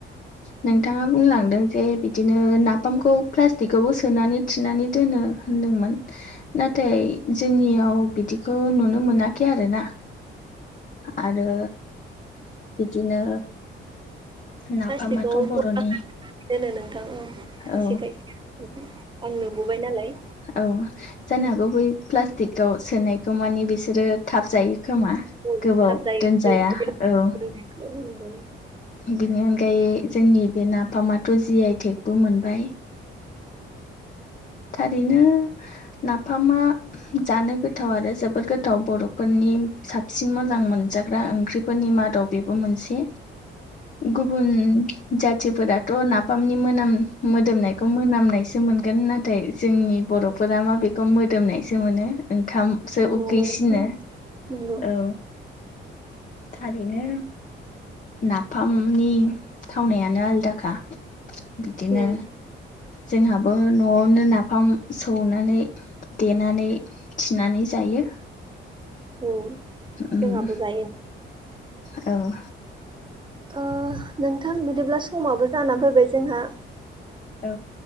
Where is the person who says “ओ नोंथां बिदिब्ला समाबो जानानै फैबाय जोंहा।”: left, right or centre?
Right